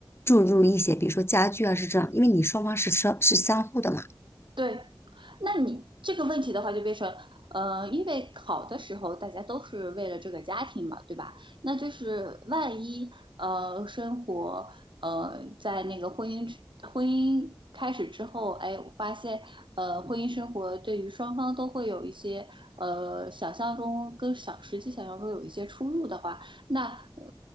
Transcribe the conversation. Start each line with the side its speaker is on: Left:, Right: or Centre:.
Left: 注入一些，比如说家具啊，是这样，因为你双方是相是相互的嘛。
Right: 对，那你这个问题的话，就变成，呃，因为考的时候大家都是为了这个家庭嘛，对吧？那就是万一，呃，生活，呃，在那个婚姻之婚姻开始之后，哎，我发现，呃，婚姻生活对于双方都会有一些，呃，想象中跟想实际想象中有一些出入的话，那，呃，